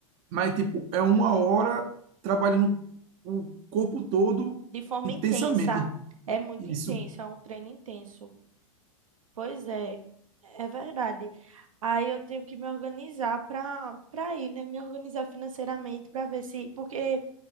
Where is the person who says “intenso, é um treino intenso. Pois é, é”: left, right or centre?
Right